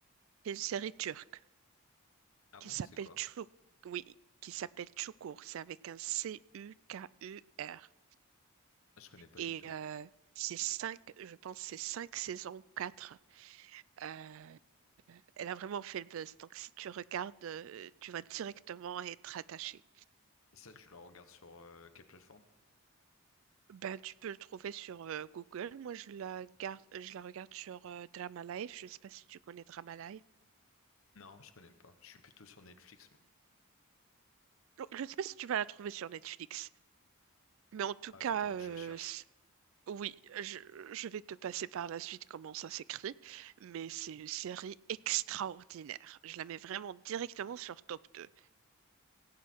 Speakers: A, on the right; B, on the left.
A: C'est une série turque
B: Ah
A: qui
B: bon,
A: s'appelle
B: c'est quoi?
A: Çukur. Oui, qui s'appelle Çukur. C'est avec un C-U-K-U-R.
B: Ah, Je connais pas
A: Et
B: du tout.
A: euh, c'est cinq, je pense, que c'est cinq saisons ou quatre. Euh, elle a vraiment fait le buzz. Donc si tu regardes, euh, tu vas directement être attaché.
B: Et ça, tu le regardes sur euh, quelle plateforme?
A: Ben, tu peux le trouver sur euh, Google. Moi, je la garde, je la regarde sur euh, Drama Life. Je ne sais pas si tu connais Drama Life.
B: Non, je connais pas. Je suis plutôt sur Netflix, moi.
A: Je ne sais pas si tu vas la trouver sur Netflix. Mais en tout
B: Ouais,
A: cas,
B: faudra
A: euh,
B: que je cherche.
A: Oui, je, je vais te passer par la suite comment ça s'écrit, mais c'est une série extraordinaire. Je la mets vraiment directement sur top 2.